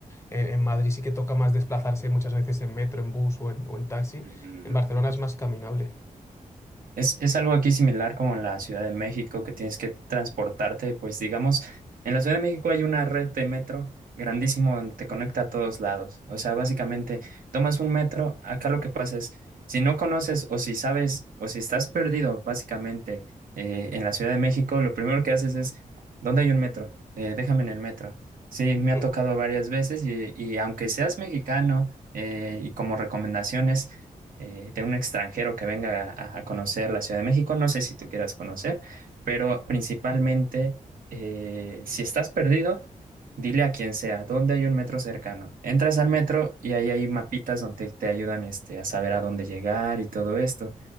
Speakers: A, on the left (about 20°); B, on the right (about 80°).
A: en, en Madrid sí que toca más desplazarse muchas veces en metro, en bus o en, o en taxi,
B: Mm.
A: en Barcelona es más caminable.
B: Es, es algo aquí similar como en la Ciudad de México, que tienes que transportarte, pues digamos, en la Ciudad de México hay una red de metro grandísimo donde te conecta a todos lados. O sea, básicamente tomas un metro, acá lo que pasa es, si no conoces o si sabes o si estás perdido, básicamente, eh, en la Ciudad de México, lo primero que haces es, ¿dónde hay un metro? Eh, déjame en el metro. Sí, me
A: Mm,
B: ha tocado varias veces y, y aunque seas mexicano eh, y como recomendaciones eh, de un extranjero que venga a, a conocer la Ciudad de México. No sé si tú quieras conocer, pero principalmente, eh, si estás perdido, dile a quien sea, ¿dónde hay un metro cercano? Entras al metro y ahí hay mapitas donde te ayudan este, a saber a dónde llegar y todo esto,